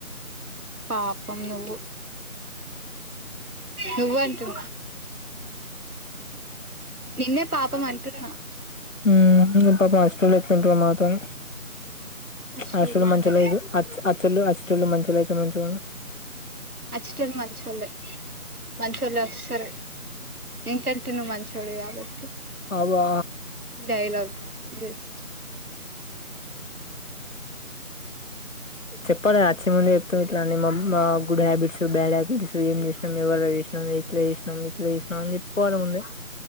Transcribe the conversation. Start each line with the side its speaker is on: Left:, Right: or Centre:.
Right: పాపం నువ్వు నువ్వు అంటున్న నిన్నే పాపం అంటున్న
Left: ఉమ్ పాపం హాస్టల్లో ఎట్లుంటన్నో మాతోని
Right: అచ్చటోళ్ళు
Left: హాస్టల్
Right: బానే
Left: మంచిగా లేదు అచ్చటోళ్ళు మంచోలయితే మంచిగుండు
Right: అచ్చటోళ్ళు మంచోళ్లే మంచి వాళ్ళు వస్తారు ఏంకంటే నువ్వు మంచోడు కాబట్టి
Left: అబ్బా
Right: డైలాగ్ బెస్ట్
Left: చెప్పాల వచ్చే ముందే చెప్తాం ఇట్లా అన్నీ మా గుడ్ హ్యాబట్స్ బ్యాడ్ హ్యాబట్స్ ఏం చేసినాం ఎవరి చేసినాం ఇట్లా చేసినాం ఇట్లా చేసినాం అని చెప్పుకోవాలిముందే